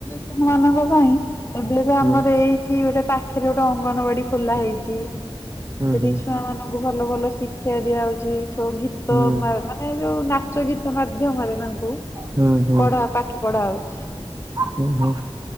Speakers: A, on the left; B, on the right.
A: <unintelligible> ମାନଙ୍କ ପାଇଁ ଏବେ ଏବେ ଆମର
B: ହୁଁ।
A: ଏଇ ଠି ଗୋଟେ ପାଖେରେ ଗୋଟେ ଅଙ୍ଗନବାଡି ଖୋଲା ହେଇଚି
B: ହୁଁ
A: ସେଠି
B: ହୁଁ
A: ଛୁଆ ମାନ ଙ୍କୁ ଭଲ ଭଲ ଶିକ୍ଷା ଦିଆ ହଉଚି ସବୁ ଗୀ ତ
B: ହୁଁ
A: ମା-ମାନେ ଯୋଉ ନାଚ ଗୀତ ମାଧ୍ୟମରେ ତାଙ୍କୁ
B: ହୁଁ ହୁଁ
A: ପଢା ପାଠ ପଢା ହଉଚି।
B: ହୁଁ ହୁଁ।